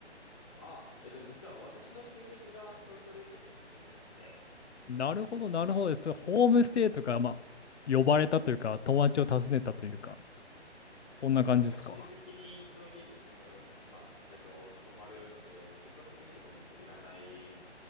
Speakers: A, on the left (about 25°); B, on the left (about 75°).
A: ああ、えっと、実は私の親戚がソルトレイク市に住んでまして、
B: なるほど、なるほど。それホームステイとか、まあ、呼ばれたというか、友達を訪ねたというか、そんな感じですか。
A: そうですね、まあ、親戚にの家に住む、まあ、えっと、泊まるので、宿泊費とか全然いらない